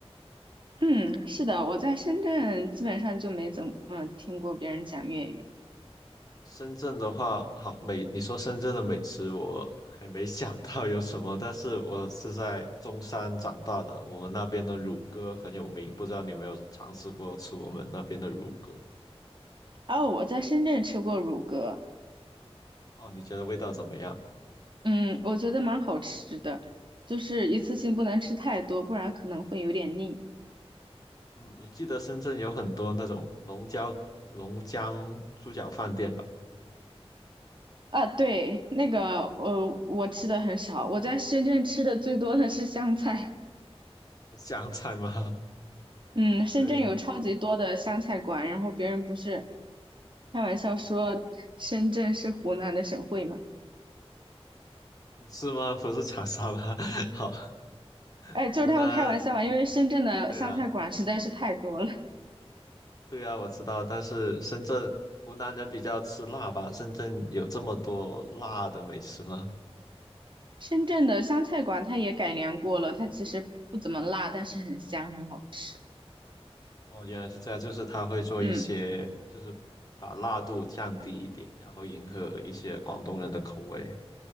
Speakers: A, on the right (about 50°); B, on the left (about 35°).
A: 嗯，是的，我在深圳基本上就没怎么嗯听过别人讲粤语。
B: 深圳的话，好美，你说深圳的美食，我还没想到有什么，但是我是在中山长大的，我们那边的乳鸽很有名，不知道你有没有尝试过吃我们那边的乳鸽？
A: 哦，我在深圳吃过乳鸽，
B: 哦，你觉得味道怎么样？
A: 嗯，我觉得蛮好吃的，就是一次性不能吃太多，不然可能会有点腻。
B: 嗯，我记得深圳有很多那种龙江龙江猪脚饭店吧，
A: 啊，对，那个，呃，我吃的很少，我在深圳吃的最多的是香菜。
B: 湘菜吗？<laughs>
A: 嗯，深圳有超级多的湘菜馆，
B: 对，
A: 然后别人不是开玩笑说深圳是湖南的省会嘛？
B: 是吗？不是长沙吗？<laughs> 好，
A: 哎，
B: 湖南，
A: 就是他们开玩笑嘛，因为深圳的湘菜馆实在是太多了。
B: 对啊。
A: <laughs>
B: 对啊，我知道，但是深圳湖南人比较吃辣吧？深圳有这么多辣的美食吗？
A: 深圳的湘菜馆它也改良过了，它其实不怎么辣，但是很香，很好吃。
B: 哦，原来是这样，就是他会做一些，
A: 嗯
B: 就是把辣度降低一点，然后迎合一些广东人的口味。